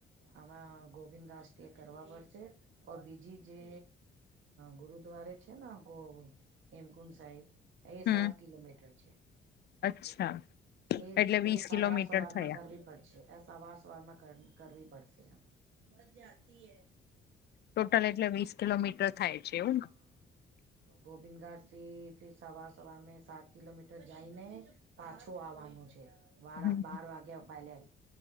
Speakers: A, on the right; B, on the left.
A: આમાં ગોબિંદ ઘાસ સ્ટે કરવા પડશે. ઓ બીજી જે ગુરુદ્વારે છે ને. જે? હેમકુંડ સાહેબ એ
B: હમ
A: સાત કિલોમીટર છે.
B: અચ્છા.
A: એ
B: એટલે વીસ
A: એ સવાર
B: કિલોમીટર
A: સવાર
B: થયા
A: માં કરવી પડશે. સવાર સવારમાં કરવી પડશે આપણે, બસ જાતી.
B: ટોટલ એટલે વીસ કિલોમીટર થાય.? છે
A: હા.
B: એવું
A: તો ગોવિંદ ઘાટથી ફર સવાર સવાર મેં સાત કિલોમીટર જાયને. પાછું આવવાનું છે, વા
B: ને
A: બાર વાગ્યા પહલે.